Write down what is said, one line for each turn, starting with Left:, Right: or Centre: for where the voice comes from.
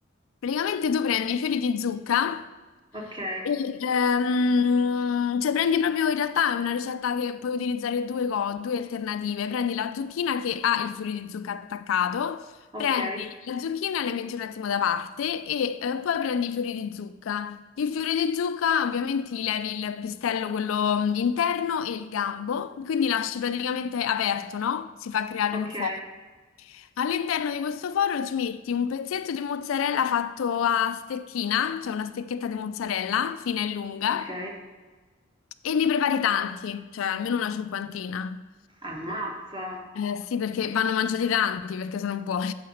Left: Praticamente tu prendi i fiori di zucca
Right: Ok,
Left: e, ehm, cioè prendi proprio in realtà è una ricetta che puoi utilizzare due, co- due alternative. Prendi la zucchina che ha il fiore di zucca attaccato,
Right: ok,
Left: prendi la zucchina e la metti un attimo da parte e eh, poi prendi i fiori di zucca. Il fiore di zucca ovviamente gli levi il pistello, quello mm, interno e il gambo, quindi lasci praticamente aperto, no? Si fa creare
Right: ok,
Left: un fuoco. All'interno di questo forno ci metti un pezzetto di mozzarella fatto a stecchina, cioè una stecchetta di mozzarella fina e lunga,
Right: ok.
Left: e ne prepari tanti, cioè almeno una cinquantina.
Right: Ammazza.
Left: Eh, sì, perché vanno mangiati tanti, perché sono buoni.